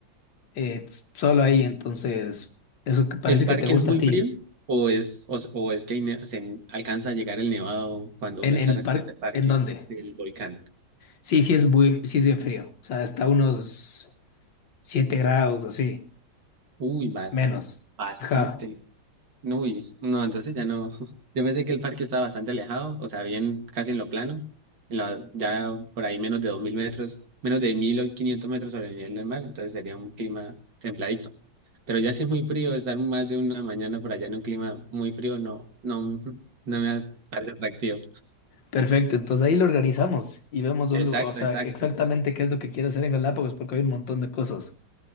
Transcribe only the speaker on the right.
¿El parque
es muy
frío o es, o, o es que ne- se alcanza a llegar el nevado cuando
uno está
recorriendo
el parque
del volcán?
Uy, bastante,
bastante.
No, uy, no, entonces ya no. <laughs> Yo pensé que el parque estaba bastante alejado, o sea, bien casi en lo plano, en la- ya por ahí menos de 2.000 metros, menos de 1.500 metros sobre el nivel del mar, entonces sería un clima templadito. Pero ya si es muy frío, estar más de una mañana por allá en un clima muy frío, no, no, <laughs> no me parece atractivo.
Exacto,
exacto.